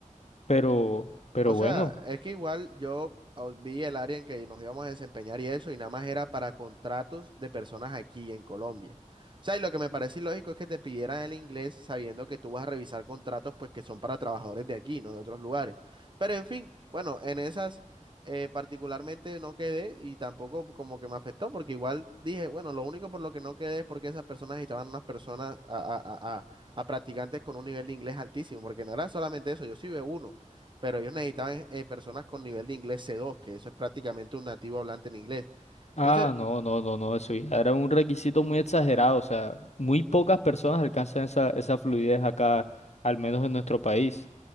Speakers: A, on the left; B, on the right.
A: Pero, pero
B: O
A: bueno.
B: sea, es que igual yo au- vi el área en que nos íbamos a desempeñar y eso, y nada más era para contratos de personas aquí en Colombia. O sea, y lo que me parece ilógico es que te pidieran el inglés sabiendo que tú vas a revisar contratos pues que son para trabajadores de aquí, no de otros lugares. Pero en fin, bueno, en esas eh, particularmente no quedé y tampoco como que me afectó porque igual dije, bueno, lo único por lo que no quedé es porque esas personas estaban unas personas a, a, a, a a practicantes con un nivel de inglés altísimo, porque no era solamente eso, yo sí veo uno pero ellos necesitaban eh, eh, personas con nivel de inglés c dos que eso es prácticamente un nativo hablante en inglés.
A: Ah,
B: Entonces,
A: no, no, no, no, eso ya era un requisito muy exagerado, o sea, muy pocas personas alcanzan esa, esa fluidez acá, al menos en nuestro país.